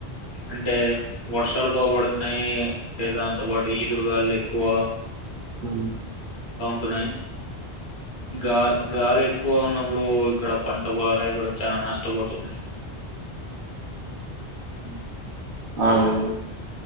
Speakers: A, on the left; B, on the right.
A: అంటే వర్షాలు బాపడుతున్నాయి అంటే దాంతో పాటు ఈదురుగాళ్లు ఎక్కువ
B: మ్
A: ఉన్నయ్ గా గాలెక్ ఎక్కువ ఉన్నప్పుడు ఇక్కడ పంట పొలువి కూడా చాలా నష్టపోతున్నాయి హ్మ్.
B: మ్ అవును